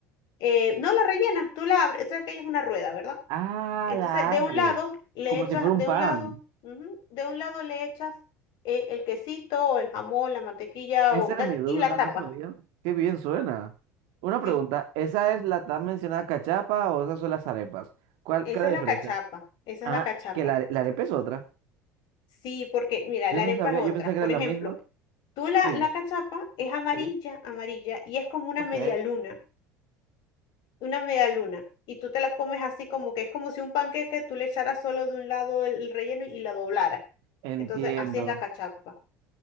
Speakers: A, on the left (about 60°); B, on the right (about 65°).
A: eh, no la rellenas, tú la abres, esa que ella es una rueda, ¿verdad?
B: Ah,
A: Entonces
B: la
A: de
B: abres.
A: un lado le
B: Como
A: echas,
B: si fuera un
A: de
B: pan.
A: un lado, ujú, de un lado le echas eh, el quesito o el jamón, la mantequilla
B: Esa
A: o
B: era
A: tal,
B: mi duda,
A: y la tapas.
B: no sabía. Qué bien suena. Una pregunta,
A: Sí,
B: ¿esa es la tan mencionada cachapa o esas son las arepas? ¿Cuál,
A: esa
B: qué es la
A: es
B: diferencia?
A: la cachapa, esa
B: Ah,
A: es la cachapa.
B: que la, la arepa es otra.
A: Sí, porque mira,
B: Yo
A: la
B: no
A: arepa
B: sabía,
A: es otra.
B: yo pensé que
A: Por
B: era la
A: ejemplo,
B: misma.
A: tú la,
B: Sigue.
A: la cachapa es amarilla,
B: Sí.
A: amarilla, y es como una
B: Ok.
A: media luna, una media luna. Y tú te la comes así como que es como si un panqueque tú le echaras solo de un lado el relleno y la doblaras.
B: Entiendo.
A: Entonces, así es la cachapa.